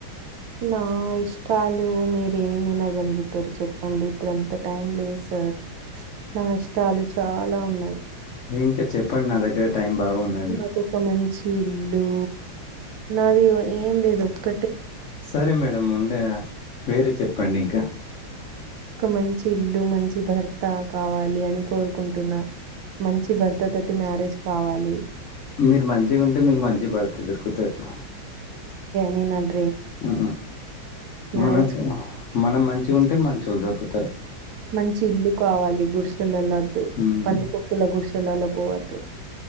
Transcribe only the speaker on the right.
నా ఇష్టాలు మీరేమినగలుగుతారు చెప్పండి ఇప్పుడు అంత టైం లేదు సార్ నా ఇష్టాలు చాలా ఉన్నాయి
నాకు ఒక మంచి ఇల్లు నాది ఏం లేదు ఒక్క
ఒక మంచి ఇల్లు మంచి భర్త కావాలి అని కోరుకుంటున్న మంచి భర్త తోటి మ్యారేజ్ కావాలి
నినంథ్
మ్యారేజ్
మంచి ఇల్లు కావాలి గు <unintelligible> దు
పంది కొక్కుల గుడిసెలల పోవ దు